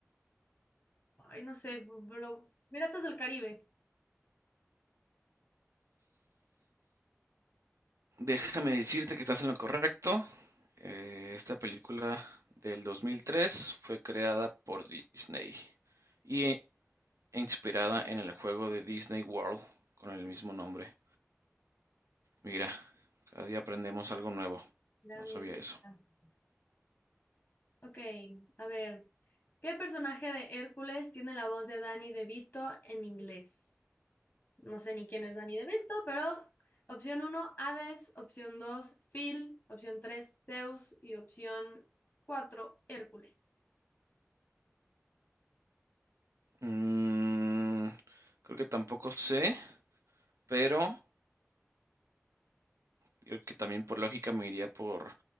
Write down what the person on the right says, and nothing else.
Déjame decirte que estás en lo correcto. Eh, esta película del 2003 fue creada por Disney y e e inspirada en el juego de Disney World con el mismo nombre. Mira, cada día aprendemos algo nuevo.
No
sabía eso.
Mm, creo que tampoco sé, pero yo creo que también por lógica me iría por